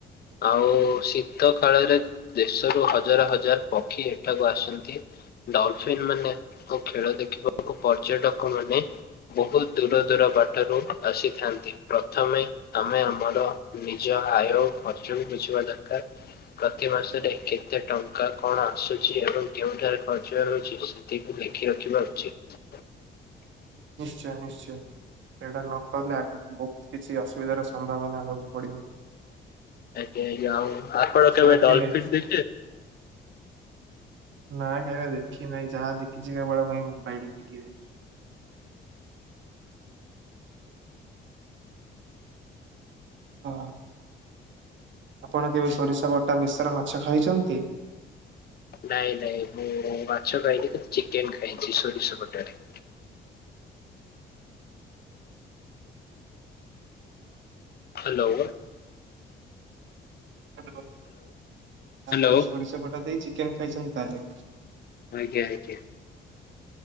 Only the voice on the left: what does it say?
ଆଉ ଶୀତ କାଳରେ ଦେଶରୁ ହଜାର ହଜାର ପକ୍ଷୀ ଏଠାକୁ ଆସନ୍ତି। ଡଲଫିନ୍ ମାନେ ଖେଳ ଦେଖିବାକୁ ପର୍ଯ୍ୟଟକ ମାନେ ବହୁତ ଦୂର ଦୂର ବାଟରୁ ଆସିଥାନ୍ତି। ପ୍ରଥମେ ଆମେ ଆମର ନିଜ ଆୟ ଖର୍ଚ୍ଚକୁ ବୁଝିବା ଦରକାର। ପ୍ରତି ମାସରେ କେତେ ଟଙ୍କା କଣ ଆସୁଛି ଏବଂ କେଉଁଠାରେ ଖର୍ଚ୍ଚ ହେଉଛି ତାକୁ ଲେଖି ରଖିବା ଉଚିତ।
ଆଜ୍ଞା ଆଜ୍ଞା ଆଉ ଆପଣ କେବେ
ଡଲଫିନ୍ ଦେ
ନାଇଁ ନାଇଁ ମୁଁ ମାଛ ଖାଇଲି ଚିକେନ ଖାଇଛି ସୋରିଷ ପଟରେ ହ୍ୟାଲୋ
ହ୍ୟାଲୋ
ଆଜ୍ଞା ଆଜ୍ଞା